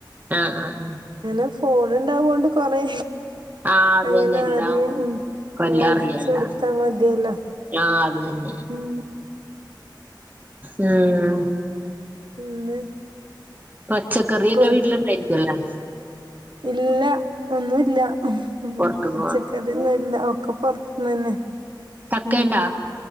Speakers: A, on the right (about 20°); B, on the right (about 70°).
A: ആഹ് ആഹ്
B: അങ്ങനെ ഫോൺ ഇണ്ടാവോണ്ട് കൊറെ
A: ആഹ് അത്
B: അങ്ങനെ
A: തന്നെ എല്ലാം
B: അറിയ്
A: ഇപ്പ എല്ലാം
B: അടിച്ചുടുത്താ
A: അറിയാല്ല
B: മതിയല്ലോ
A: ആഹ് അത് തന്നെ
B: ഉം
A: ഉം
B: ഇന്ന്
A: പച്ചക്കറിയോക്കെ
B: ഇപ്പം
A: വീട്ടിലുണ്ടായിരിക്കുംല്ലേ
B: ഇല്ല ഒന്നുല്ല
A: പുറത്തുന്ന്
B: പച്ചക്ക്
A: വാങ്ങ
B: റൊന്നും ഇല്ല ഒക്കെ പുറത്തുന്ന് തന്നെ
A: ചക്കയുണ്ടാ
B: ഉം